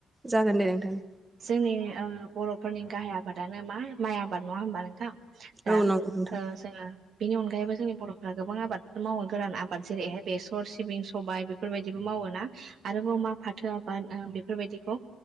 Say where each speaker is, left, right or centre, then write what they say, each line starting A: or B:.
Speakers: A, on the right; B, on the right.
A: जागोन दे नोंथां।
B: जोंनि ओ बर'फोरनि गाहाय आबादानो मा माइ आबाद नङा होमबा नोंथां? दा
A: औ नंगौ नोंथां
B: ओ जोंङो बेनि अनगायैबो जोंनि बर'फोरारा गोबां आबादफोर मावो गोरान आबाद जेरैहाय बेसर सिबिं सबबाय बेफोरबायदिबो मावो। मावो ना आरोबाव मा फाथो आबाद बेफोरबायदिखौ